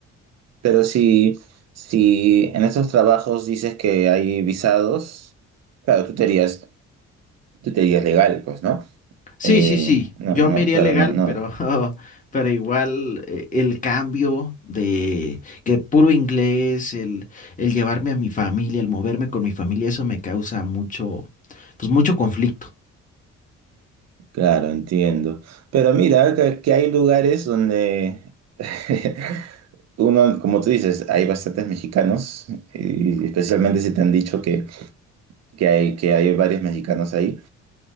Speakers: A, on the right (about 60°); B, on the left (about 25°).
A: pero si, si en esos trabajos dices que hay visados, claro, tú te irías Tú te dirías legal, pues, ¿no?
B: Sí,
A: Eh,
B: sí, sí.
A: no,
B: Yo
A: no,
B: me iría
A: claro,
B: legal,
A: no, no.
B: pero, <laughs> pero igual eh, el cambio de que puro inglés, el, el llevarme a mi familia, el moverme con mi familia, eso me causa mucho, pues mucho conflicto.
A: Claro, entiendo. Pero mira, que, que hay lugares donde <laughs> uno, como tú dices, hay bastantes mexicanos, y especialmente si te han dicho que, que hay, que hay varios mexicanos ahí.